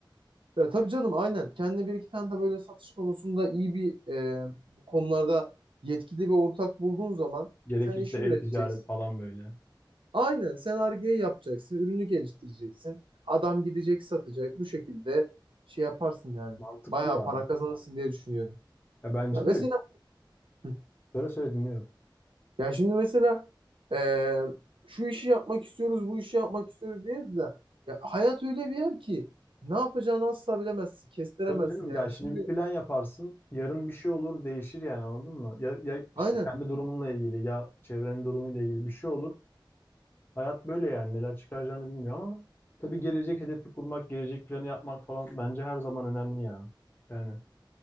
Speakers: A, on the right; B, on the left.
A: Ya tabii canım aynen. Kendine bir iki tane de böyle satış konusunda iyi bir e, bu konularda yetkili bir ortak bulduğun zaman
B: Gerekirse
A: sen işi üreteceksin.
B: e-ticaret falan böyle.
A: Aynen sen Ar-Ge yapacaksın, ürünü geliştireceksin. Adam gidecek satacak. Bu şekilde şey yaparsın yani.
B: Mantıklı
A: Bayağı
B: ya.
A: para kazanırsın diye düşünüyorum.
B: Ya bence
A: Ya mesela
B: de öyle.
A: Hı.
B: Söyle söyle dinliyorum.
A: ya şimdi mesela e, şu işi yapmak istiyoruz, bu işi yapmak istiyoruz diyoruz da ya hayat öyle bir yer ki ne yapacağını asla bilemezsin, kestiremezsin
B: Tabii canım
A: yani.
B: ya şimdi
A: Şimdi
B: bir plan yaparsın. Yarın bir şey olur değişir yani anladın mı? Ya, ya işte
A: aynen.
B: kendi durumunla ilgili ya çevrenin durumuyla ilgili bir şey olur. Hayat böyle yani neler çıkaracağını bilmiyor ama tabii gelecek hedefi kurmak, gelecek planı yapmak falan bence her zaman önemli ya. Yani